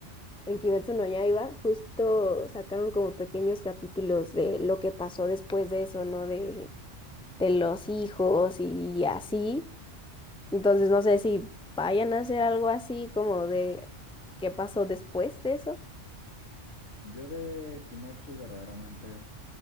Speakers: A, in the centre; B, on the left (about 80°).
A: en Kimetsu no Yaiba, justo sacaron como pequeños capítulos de lo que pasó después de eso, ¿no? De, de los hijos y así. Entonces, no sé si vayan a hacer algo así como de qué pasó después de eso.
B: Yo de Kimetsu verdaderamente